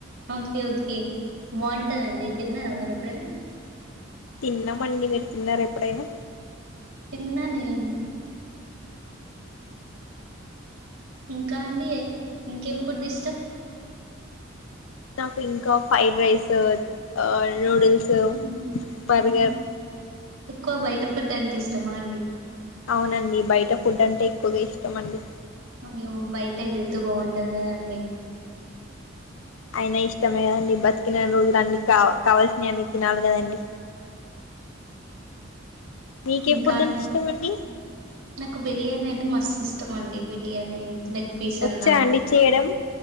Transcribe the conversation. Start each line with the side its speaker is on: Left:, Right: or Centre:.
Right: ఓకే ఓకే బాగుంటదండి తిన్నారా మీరు ఎప్పుడైనా
Left: తిన్నామండి మీరు తిన్నారా ఎప్పుడైనా
Right: తిన్నా నేను ఇంకా అండి ఇంకేం ఫుడ్ ఇష్టం
Left: నాకు ఇంకా ఫ్రైడ్ రైసూ నూడిల్స్
Right: ఉమ్
Left: బర్గర్
Right: ఉమ్ ఎక్కువ బయట ఫుడ్ అంటే ఇష్టమా అండి
Left: అవునండి బయట ఫుడ్ అంటే ఎక్కువగా ఇష్టం అండి
Right: నువు బయట హెల్త్ బాగుండదు కదండి
Left: అయిన ఇష్టమే కదండి, బతికినని రోజులు అన్ని కా కావలసినయ్ అన్ని తినాలి కదండీ మీకే
Right: ఇంకా
Left: ఫుడ్
Right: అం
Left: అంటే ఇష్టం అండి
Right: నాకు బిర్యానీ టే మస్తు ఇష్టం అండి బిర్యానీ లెగ్ పీస్
Left: వచ్చా
Right: అన్నా
Left: అండి చేయడం